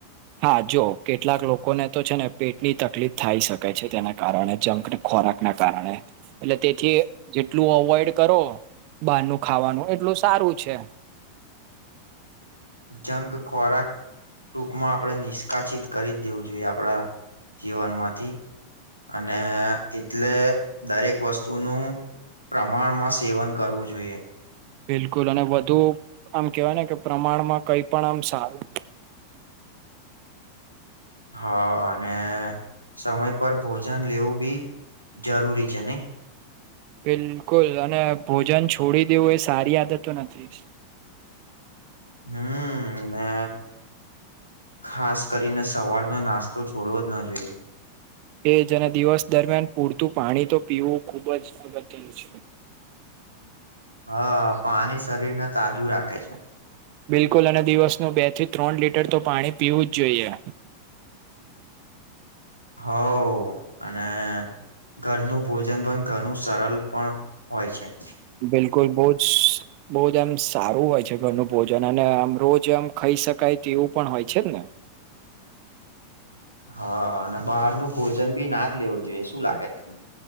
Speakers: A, on the right; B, on the left.
A: હા જો કેટલાક લોકોને તો છે ને પેટની તકલીફ થાય શકે છે તેના કારણે જંકને ખોરાકના કારણે એટલે તેથી જેટલું અવોઈડ કરો બારનું ખાવાનું એટલું સારું છે.
B: જંગ ખોરાક ટૂંકમાં આપડે નિષ્કાસિત કરી જ દેવું જોઈએ આપડા જીવનમાંથી. અને એટલે દરેક વસ્તુનું પ્રમાણમાં સેવન કરવું જોઈએ
A: બિલકુલ અને વધુ આમ કેવાય ને કે પ્રમાણમાં કંઈ પણ આમ સારું
B: હા, અને સમય પર ભોજન લેવું બી જરૂરી છે નહીં.
A: બિલકુલ અને ભોજન છોડી દેવું એ સારી આદતો નથી.
B: હમ. અને ખાસ કરીને સવારનો નાસ્તો છોડવો જ ન જોઈએ.
A: એજ અને દિવસ દરમિયાન પૂરતું પાણી તો પીવું ખુબ જ અગત્ય છે.
B: હા, પાણી શરીર ને તાજુ રાખે છે.
A: બિલકુલ, અને દિવસનું બે થી ત્રણ લીટર તો પાણી પીવું જ જોઈએ.
B: હાવ અને ઘરનું ભોજન પણ ઘણું સરળ પણ હોય છે‌.
A: બિલકુલ બો જ ભોજન સારું હોય છે, ઘરનુ ભોજન અને આમ રોજ આમ ખાઈ શકાય તે એવું પણ હોય છે ને.
B: હા, અને બારનુ ભોજન ભી ના જ લેવું જોઈએ, શું લાગે તમને?